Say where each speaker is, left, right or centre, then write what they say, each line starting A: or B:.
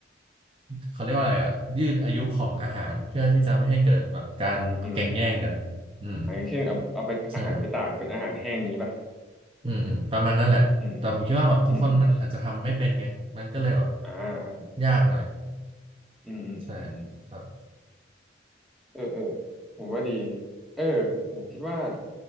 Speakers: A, on the right; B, in the centre.
A: เขาเรียกว่าอะไรอ่ะยืดอายุของอาหารเพื่อที่จะไม่ให้เกิดแบบการแก่งแย่งกันอืม
B: อืมอะอย่างเช่นเอาเอาไปอาหารไปตากเป็นอาหารแห้งงี้ป่ะ
A: ใช่อืมอืมประมาณนั้นแหละแต่ผมคิดว่าแบบทุกคนมันอาจจะทำไม่เป็นไงมันก็เลยแบบ
B: อืมอืมอืมอืมอ่าอ่า
A: ยากหน่อย
B: อืมอืมอืม
A: ใช่ครับ
B: เออเออผมว่าดีเออผมคิดว่า